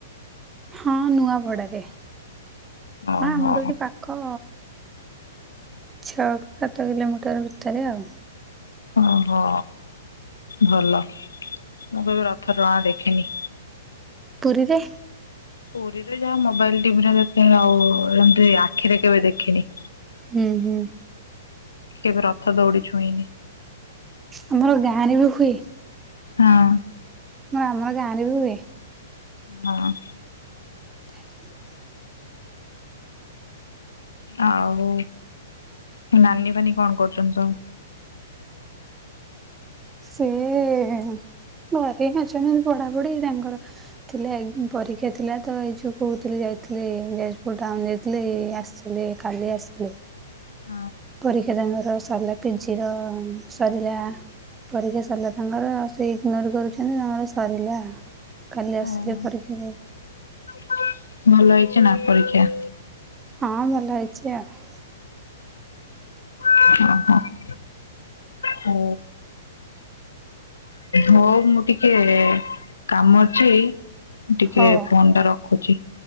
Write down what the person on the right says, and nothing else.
ହଁ ନୂଆପଡାରେ,
ହଁ ଆମର ତ ଏଠି ପା ଖ ଛଅ ସାତ କିଲୋମିଟର ଭିତରେ ଆଉ।
ପୁରୀରେ
ହୁଁ, ହୁଁ।
ଆମର ଗାଁରେ ବି ହୁଏ।
ହଁ ଆମ ଗାଁରେ ବି ହୁଏ।
<unintelligible>
ସେ ଏ ଘରେ ହିଁ ଅଛନ୍ତି ପଢ଼ାପଢ଼ି ତାଙ୍କର। ଥିଲା ପରୀକ୍ଷା ଥିଲା ତ ଏଇଜୋ କହୁଥିଲି ଯାଇଥିଲେ ଯାଜପୁର ଟାଉନ ଯାଇଥିଲେ ଆସ ହେଲେ ଖାଲି ଆସିଲେ।
ପରୀକ୍ଷା ତାଙ୍କର ସରିଲା ପିଜିର ସରିଲା ପରୀକ୍ଷା ସରିଲା ତାଙ୍କର ଆଉ ସେ ଇଗ୍ନୋର କରୁଛନ୍ତି ତାଙ୍କର ସରିଲା କାଲି ଆସିଲେ
ପରୀକ୍ଷା ଦେଇ।
ହଁ ଭଲ ହେଇଛି ଆଉ।
ହଉ ହଉ